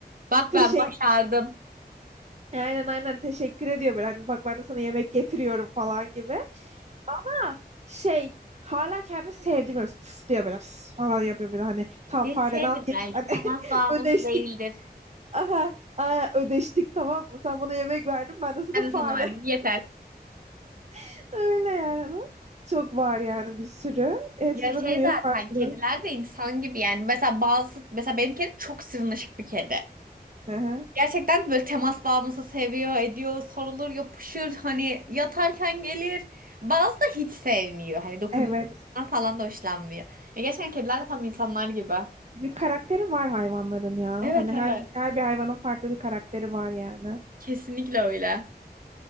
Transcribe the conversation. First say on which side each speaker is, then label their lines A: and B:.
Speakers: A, on the right; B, on the right.
A: Bak
B: Teşekkür,
A: ben başardım.
B: aynen aynen teşekkür ediyor böyle hani bak ben de sana yemek getiriyorum falan gibi. Ama şey hala kendini sevdirmiyor. Tıslıyor biraz falan yapıyor böyle hani tam
A: Ne
B: fareden
A: şeydir
B: al git.
A: belki
B: Hani
A: temas
B: <laughs>
A: bağımlısı
B: ödeştik.
A: değildir.
B: Aha, aa, ödeştik tamam mı? Sen bana yemek verdin ben de sana
A: Yani
B: fare.
A: sana ben yeter.
B: <laughs> Öyle yani. Çok var yani bir sürü. Hepsinin
A: Ya şey
B: huyu
A: zaten
B: farklı.
A: kediler de insan gibi yani. Mesela bazı mesela benim kedim çok sırnaşık bir kedi.
B: Aha,
A: Gerçekten böyle temas bağımlısı seviyor, ediyor, sarılır, yapışır. Hani yatarken gelir. Bazı da hiç sevmiyor. Hani dokunmaktan
B: evet.
A: falan da hoşlanmıyor. Ya gerçekten kediler de tam insanlar gibi.
B: Bir karakteri var hayvanların ya.
A: Evet
B: Hani
A: evet.
B: her, her bir hayvanın farklı bir karakteri var yani.
A: Kesinlikle öyle.